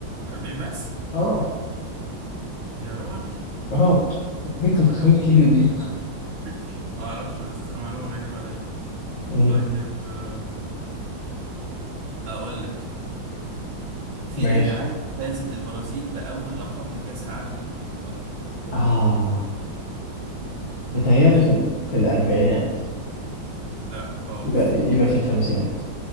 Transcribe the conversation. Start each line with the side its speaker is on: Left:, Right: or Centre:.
Right: 40 بس
Left: اه
Right: يا راجل
Left: اه ايه
Right: معلومه
Left: 300 كيلو
Right: غريبه
Left: دي
Right: جديده عليا ما اعرفش بس معلومه غريبه عليا
Left: امم
Right: طيب آه، اقول لك في
Left: ماشي
Right: اي عام فازت البرازيل باول لقب لكاس العالم لكره القدم
Left: اه متهيألي
Right: حلو
Left: في ال...
Right: ده
Left: في الاربعينات
Right: لا خالص
Left: يبقى يبقى في الخمسينات